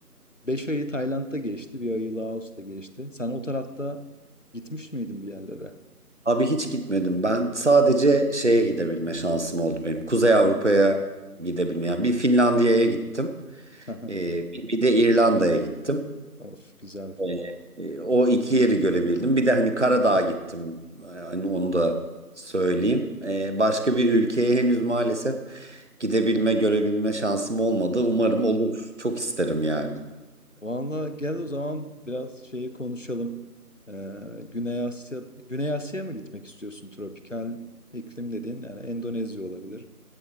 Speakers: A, on the left; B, on the right.
A: 5 ayı Tayland'da geçti. Bir ayı Laos'ta geçti. Sen o tarafta gitmiş miydin bir yerlere?
B: Abi hiç gitmedim ben. Sadece şeye gidebilme şansım oldu benim. Kuzey Avrupa'ya gidebilmeyen yani bir Finlandiya'ya gittim.
A: <laughs>
B: Ee, bir bir de İrlanda'ya gittim.
A: Of güzel.
B: Ee, e, o iki yeri görebildim. Bir de hani Karadağ'a gittim. Yani onu da söyleyeyim. Ee, başka bir ülkeye henüz maalesef gidebilme, görebilme şansım olmadı. Umarım olur. Çok isterim yani.
A: Valla gel o zaman biraz şeyi konuşalım. Ee, Güney Asya, Güney Asya'ya mı gitmek istiyorsun? Tropikal iklim dediğin yani Endonezya olabilir.